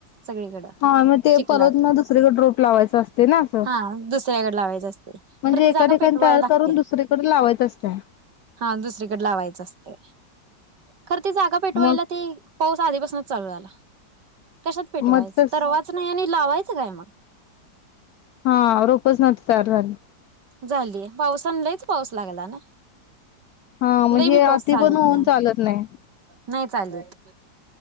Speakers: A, on the right; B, on the left.
A: सगळीकडं
B: हा मग ते
A: चिखलात
B: परत ना दुसरीकडे रोप लावायचं असत. ना असं
A: हा दुसऱ्याकडे लावायच असते
B: म्हणजे
A: खरं ती
B: एका
A: जागा
B: ठिकाणी
A: पेटवायला
B: तयार
A: लागते
B: करून दुसरीकड लावायचं असतय.
A: हा दुसरीकडे लावायचं असतय खरं ते जागा पेटवायला
B: मग
A: ती पाऊस आधीपासूनच चालू झाला, कशात पेटवायचं
B: मग तस
A: तरवाचं नाही आणि लावायचं काय मग.
B: हा रोपच नव्हती तयार झाली.
A: झालीय पावसाला तर पाऊस लागला ना.
B: हा मग
A: लई
B: हे
A: बी पाऊस
B: आधी
A: चालत
B: पण होऊन
A: नाही
B: चालत नाही.
A: नाही चालत.